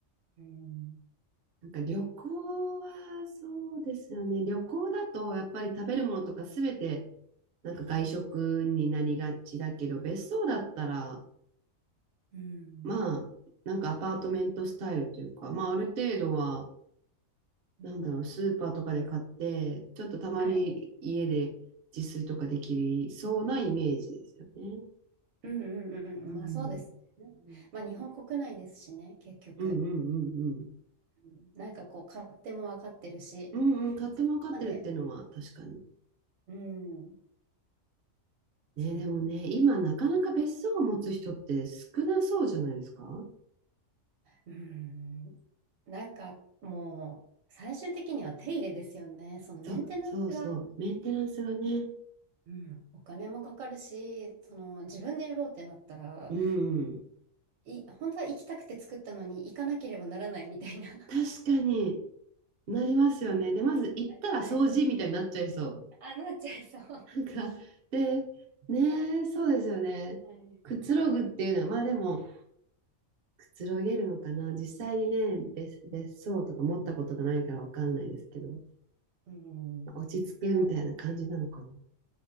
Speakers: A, on the right; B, on the right.
A: うん。
B: なんか旅行はそうですよね。旅行だとやっぱり食べるものとかすべてなんか外食になりがちだけど、別荘だったら、
A: うん。
B: まあ、なんかアパートメントスタイルというか、まあ、ある程度は、
A: うん。
B: なんだろう、スーパーとかで買って、ちょっとたまに家で自炊とかできそうなイメージですよね。
A: はい。うんうんうん。
B: うん。
A: まあそうですね。
B: うん
A: まあ日本国内ですしね、結局。
B: うんうんうん。
A: うんなんかこう、勝手も分かってるし。
B: うんうん、買っても分かってるっていうのは確かに。
A: なので、うん、
B: ね、
A: そんな、
B: でもね、今なかなか別荘を持つ人って少なそうじゃないですか
A: うん、なんかもう、最終的には手入れですよね。そのメンテナンスが、
B: そう、そうそう。メンテナンスがね。
A: うん、お金もかかるし、その自分でやろうってなったら、
B: うん。
A: い、本当は行きたくて作ったのに行かなければならないみたいな。<laughs>
B: 確かになりますよね。で、まず行ったら掃除みたいになっちゃいそう。
A: なっちゃいそうあ、なっちゃいそう。は
B: なんか、で、ねえ、そうですよね。
A: い
B: くつろぐっていうのは、まあでも、くつろげるのかな。実際にね、別、別荘とか持ったことがないからわかんないですけど、
A: うん。
B: 落ち着くみたいな感じなのかな。
A: いや